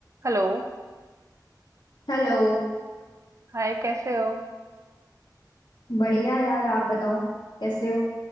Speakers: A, on the right (about 45°); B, on the left (about 80°).
A: Hello
B: Hello
A: Hi कैसे हो
B: बढ़िया यार आप बताओ कैसे हो